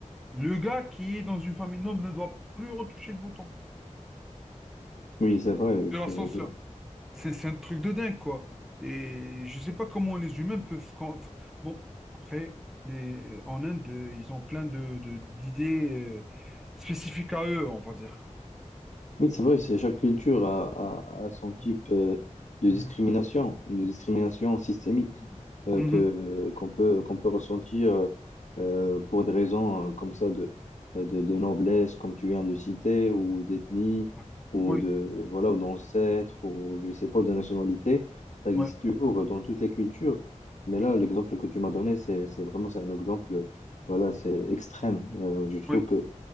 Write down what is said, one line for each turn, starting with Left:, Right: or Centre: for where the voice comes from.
Centre: le gars qui est dans une famille noble ne doit plus retoucher le bouton
Left: Oui, c'est vrai,
Centre: de
Left: je,
Centre: l'ascenseur.
Left: je-
Centre: C'est c'est un truc de dingue, quoi. Et je sais pas comment les humains peuvent. quand- Bon, après, les... en Inde, euh, ils ont plein de, de- d'idées euh, spécifiques à eux, on va dire.
Left: Oui, c'est vrai, c'est chaque culture a, a- a son type
Centre: Mm,
Left: euh, de
Centre: mm,
Left: discrimination, de discrimination systémique
Centre: mm.
Left: euh,
Centre: Mhm.
Left: que euh, qu'on peut qu'on peut ressentir euh, euh, pour des raisons euh, comme ça de, euh, de de noblesse, comme tu viens de citer, ou d'ethnie,
Centre: Ouais.
Left: ou
Centre: Oui,
Left: de voilà, ou d'ancêtre, ou je sais pas, de nationalité. Ça existe
Centre: ouais,
Left: toujours dans toutes les cultures. Mais
Centre: oui,
Left: là, l'exemple que tu m'as donné, c'est c'est vraiment c'est un exemple, voilà, c'est extrême. Euh, je trouve
Centre: oui,
Left: que